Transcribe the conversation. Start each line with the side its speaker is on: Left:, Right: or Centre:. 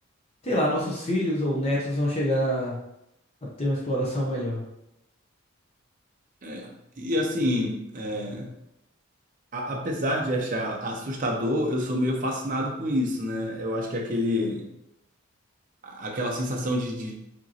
Left: sei lá, nossos filhos ou netos vão chegar a ter uma exploração melhor.
Right: É, e assim, é, a- apesar de achar assustador, eu sou meio fascinado com isso, né? Eu acho que é aquele, a- aquela sensação de, de-